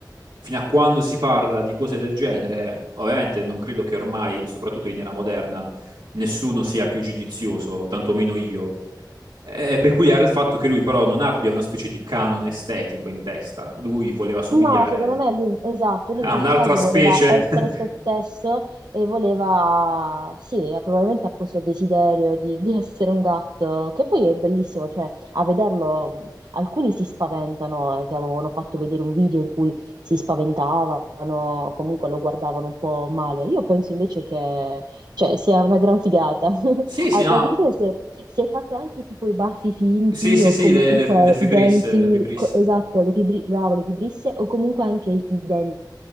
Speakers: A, on the right; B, on the right.
A: fino a quando si parla di cose del genere, ovviamente non credo che ormai, soprattutto in era moderna, nessuno sia più giudizioso, tantomeno io. È peculiare il fatto che lui però non abbia una specie di canone estetico in testa. Lui voleva somigliare
B: No, secondo me lui, esatto, lui
A: a
B: in questo
A: un'altra
B: caso
A: specie.
B: voleva essere
A: <laughs>
B: se stesso e voleva, sì, eh, probabilmente ha questo desiderio di, di essere un gatto, che poi è bellissimo, cioè a vederlo mh, alcuni si spaventano, eh, che avevano fatto vedere un video in cui si spaventavano, comunque lo guardavano un po' male. Io penso invece che, cioè, sia una gran figata
A: Sì,
B: a-
A: sì, no.
B: Addirittura si è, si è fatto anche tipo i baffi finti
A: Sì, sì,
B: o
A: sì,
B: comunque
A: le, le, le Fibris,
B: i denti,
A: le Vibris.
B: co- esatto, le vibri- bravo, le vibrisse o comunque anche i, i denti,